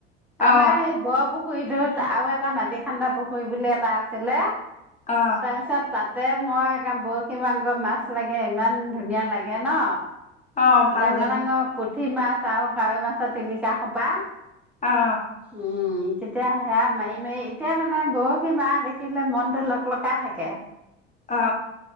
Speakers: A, in the centre; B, on the left.
A: আমাৰ
B: অ
A: সেই বৰ পুখুৰীটোত আৰু এটা মাটি খান্দা পুখুৰী বুলি এটা আছিলে।
B: অ
A: তাৰপিছত তাতে মই একে বৰশী <unintelligible> মাছ লাগে ইমান ধুনীয়া লাগে ন'।
B: অ ভাল
A: ডাঙৰ
B: লাগে
A: ডাঙৰ পুঠ পুঠি মাছ আৰু কাৱৈ মাছৰ টিলিকা সোপা।
B: অ
A: উম, তেতিয়া সেয়া মাৰি-মাৰি এতিয়া মানে বৰশী মাৰা দেখিলে মনটো লক-লকাই থাকে।
B: অ